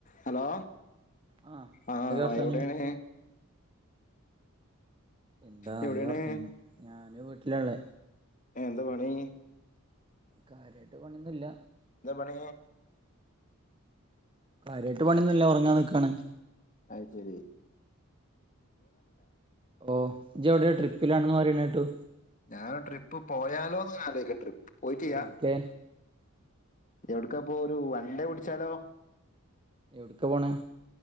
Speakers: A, on the left (about 35°); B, on the right (about 25°).
A: Hello
B: ആഹ്
A: ആഹ്
B: എന്തൊക്കെ വർത്താനം
A: എവിടെണ്?
B: എന്താ നല്ല
A: എവിടെയാണ്
B: വർത്തനം ഞാന് വീട്ടിലാ ഇള്ളെ
A: എന്താ പണി?
B: കാര്യായിട്ട് പണിന്നുല്ല
A: എന്താ പണി?
B: കാര്യായിട്ട് പണിന്നുല്ല ഒറങ്ങാൻ നിക്കാണ്
A: അത്ശെരി
B: ഓ ഇജ്ജ് എവ്ടെ ട്രിപ്പിലാണെന്ന് പറിണെട്ടു
A: ഞാൻ ട്രിപ്പ് പോയാലോന്ന് ആലോയ്ക്ക ട്രിപ്പ് പോയിട്ടില്ല
B: എവിട്ക്കെ
A: എവ്ട്ക്ക പോവ ഒരു വൺഡെ പിടിച്ചാലോ?
B: എവ്ട്ക്കാ പോണെ?